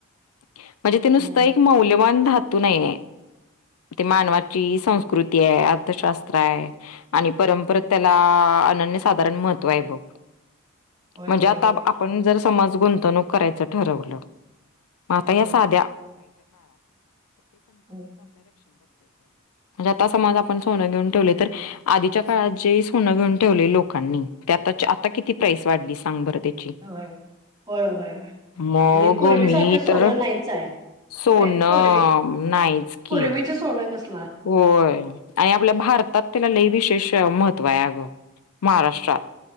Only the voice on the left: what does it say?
म्हणजे ते नुसत
एक मौल्यवान त नाही ते मानवाची संस्कृती आहे अर्थशास्त्र आहे आणि परंपरा त्याला अनन्य साधारण महत्त्व आहे बघ
म्हणजे
आता
आपण जर समज गुंतवणूक करायचं ठरवलं माता
या सा
म्हणजे आता समज आपण सोनं घेऊन ठेवलय तर आधीच्या काळात जे सोनं घेऊन ठेवलय लोकांनी त्यात त्याची आता किती प्राइस वाढली सांग बरं त्याची
मग
मी
तर
सोनं
नाहीच की
होय आणि आपल्या भारतात त्याला लय विशेष महत्त्व हाय अगं महाराष्ट्रात